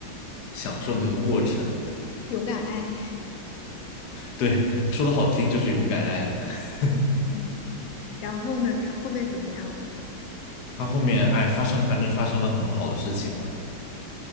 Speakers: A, on the left (about 65°); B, on the left (about 80°).
A: 享受那个过程。
B: 勇敢爱，
A: 对，说的好听就是勇敢爱了。<laughs>
B: 嗯嗯。然后呢，他后面怎么样了？
A: 他后面哎发生，反正发生了很不好的事情吧，